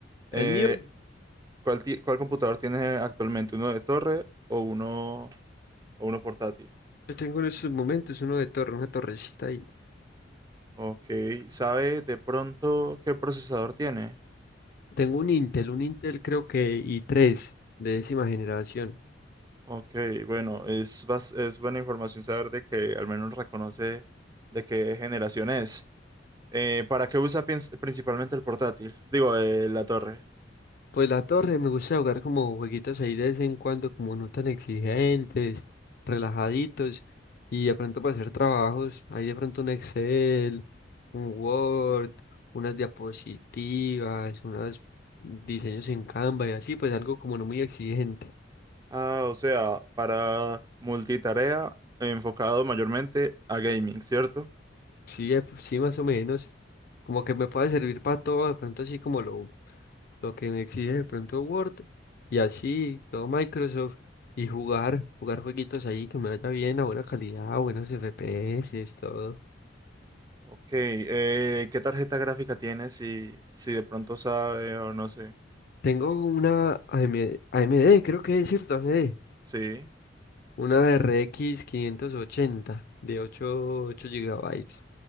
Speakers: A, on the right; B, on the left.
A: Eh,
B: el mío.
A: ¿cuál, ti- cuál computador tiene actualmente? ¿Uno de torre o uno, o uno portátil?
B: Yo tengo en estos momentos uno de torre, una torrecita ahí.
A: Ok, ¿sabe de pronto qué procesador tiene?
B: Tengo un Intel, un Intel creo que i3 de décima generación.
A: Ok, bueno, es, bas- es buena información saber de que al menos reconoce de qué generación es. Eh, ¿para qué usa piens- principalmente el portátil? Digo, eh, la torre.
B: Pues la torre me gusta jugar como jueguitos ahí de vez en cuando, como no tan exigentes, relajaditos, y de pronto para hacer trabajos, ahí de pronto un Excel, un Word, unas diapositivas, unos diseños en Canva y así, pues algo como no muy exigente.
A: Ah, o sea, para multitarea, enfocado mayormente a gaming, ¿cierto?
B: Sí, eh, sí, más o menos, como que me puede servir para todo, de pronto así como lo lo que me exige de pronto Word y así todo Microsoft y jugar, jugar jueguitos ahí que me vaya bien, a buena calidad, a buenos FPS, todo.
A: Ok, eh, ¿qué tarjeta gráfica tiene? Si, si de pronto sabe o no sé.
B: Tengo una A M D creo que es cierto, A M D
A: Sí,
B: una R X quinientos ochenta de ocho ocho gigabytes